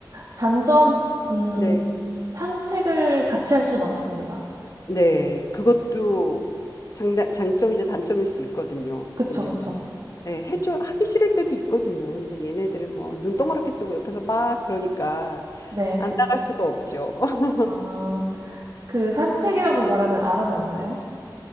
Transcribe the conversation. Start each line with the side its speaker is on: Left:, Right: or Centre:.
Right: 단점, 음,
Left: 네.
Right: 산책을 같이 할 수는 없습니다.
Left: 네, 그것도 장단, 장점이자 단점일 수 있거든요.
Right: 그쵸,
Left: 왜냐면
Right: 그쵸.
Left: 예, 해줘 하기 싫을 때도 있거든요. 근데 얘네들은 뭐 눈 동그랗게 뜨고 옆에서 막 그러니까
Right: 네.
Left: 안 나갈 수가 없죠. <laughs>
Right: 아, 그 산책이라고 말하면 알아듣나요?